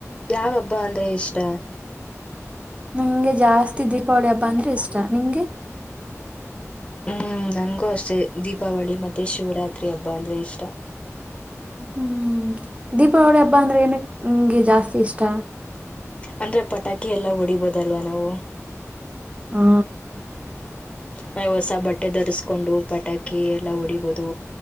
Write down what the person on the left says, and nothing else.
ಯಾವ ಹಬ್ಬ ಅಂದ್ರೆ ಇಷ್ಟ
ಹ್ಮ್ ನನ್ಗೂ ಅಷ್ಟೇ ದೀಪಾವಳಿ ಮತ್ತೆ ಶಿವರಾತ್ರಿ ಹಬ್ಬ ಅಂದ್ರೆ ಇಷ್ಟ
ಅಂದ್ರೆ ಪಟಾಕಿ ಎಲ್ಲಾ ಹೊಡಿಬೋದಲ್ವಾ ನಾವು
ನಾವ್ ಹೊಸ ಬಟ್ಟೆ ಧರಿಸಸ್ಕೊಂಡು ಪಟಾಕಿ ಎಲ್ಲಾ ಹೊಡಿಬಹದು